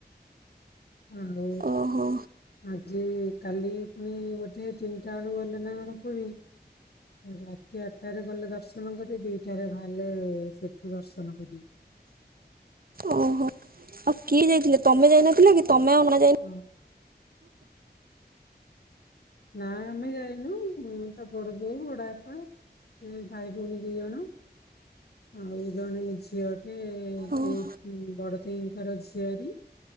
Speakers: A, on the left; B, on the right.
A: ଆଉ
B: ଓହୋ
A: ଆଜି କାଲି ପୁଣି ବୋଧେ ତିନିଟା ବେଳୁ ଗଲେ। ନା କଣପୁରୀ ରାତି ଆଠଟାରେ ଗଲେ ଦର୍ଶନ କରିକି। ଟାରେ ବାହାରିଲେ ସେଠୁ ଦର୍ଶନ କରିକି।
B: ଓହୋ ଆଉ କିଏ ଯାଇଥିଲେ? ତମେ ଯାଇନଥିଲ କି ତମେ ଆଉ ନ ଯାଇ
A: ହଁ ନା ଆମେ ଯାଇନୁ ତା ବଡ ବୋଉ ବଡବାପା ଏଭାଇ ଭଉଣୀ ଦି ଜଣ ଆଉ ଜଣେ ଝିଅ ଟେ ସେଇ
B: ଓହୋ
A: ବଡଦେଇ ତାର ଝିଆରୀ